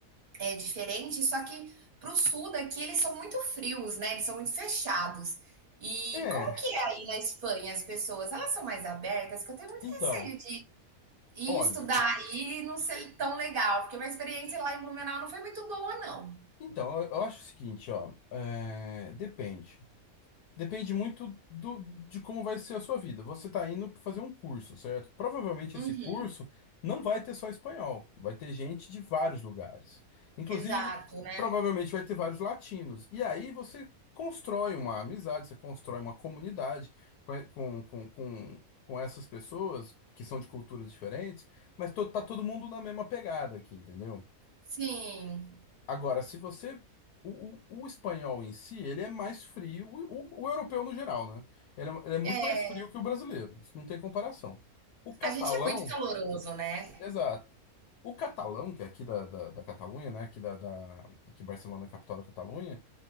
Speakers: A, on the right; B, on the left.
A: é diferente, só que para o sul daqui eles são muito frios, né? Eles são muito fechados. E
B: É,
A: como que é aí na Espanha as pessoas? Elas são mais abertas? Que eu tenho muito
B: então,
A: receio de ir
B: olha.
A: estudar aí e não ser tão legal, porque minha experiência lá em Blumenau não foi muito boa, não.
B: Então, eu eu acho o seguinte, ó. é, depende. Depende muito do, de como vai ser a sua vida. Você está indo fazer um curso, certo? Provavelmente
A: Uhum,
B: esse curso não vai ter só espanhol, vai ter gente de vários lugares. Inclusive,
A: exato, né?
B: provavelmente vai ter vários latinos. E aí você constrói uma amizade, você constrói uma comunidade com, com, com, com essas pessoas que são de culturas diferentes, mas to, tá todo mundo na mesma pegada aqui, entendeu?
A: Sim,
B: Agora, se você. O, o, o espanhol em si, ele é mais frio, o, o, o europeu no geral, né? Ele é, ele é muito
A: é,
B: mais frio que o brasileiro, isso não tem comparação. O catalão,
A: a gente é muito caloroso, né?
B: exato. O catalão, que é aqui da, da, da Catalunha, né? Aqui da, da, que Barcelona é a capital da Catalunha,